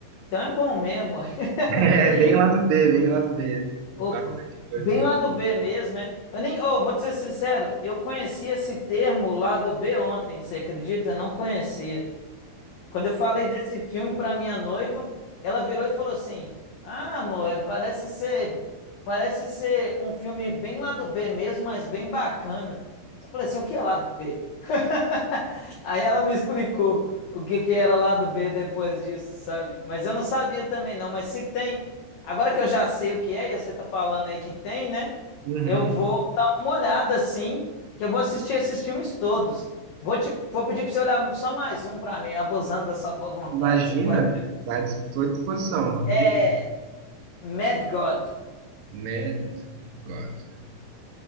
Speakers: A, on the left; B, on the right.
A: então é bom mesmo. <laughs>
B: É
A: Que isso?
B: bem lado B, bem lado B.
A: Opa,
B: Bastante coisa.
A: bem lá do B mesmo, é? Eu nem, oh, vou te ser sincero, eu conheci esse termo lá do B ontem, você acredita? Eu não conhecia. Quando eu falei desse filme pra minha noiva, ela virou e falou assim: Ah, amor, é- parece ser, parece ser um filme bem lá do B mesmo, mas bem bacana. Eu falei assim: O que é lá do B? <laughs> Aí ela me explicou o que que era lá do B depois disso, sabe? Mas eu não sabia também não, mas se tem, agora que eu já sei o que é, e você tá falando aí que tem, né?
B: Uhum.
A: Eu vou dar uma olhada, sim, que eu vou assistir esses filmes todos. Vou te, vou pedir pra você olhar só mais um pra mim, abusando da sua boa vontade.
B: Imagina,
A: Você pode.
B: tá, estou à disposição.
A: É
B: Diga.
A: Mad God.
B: Mad God.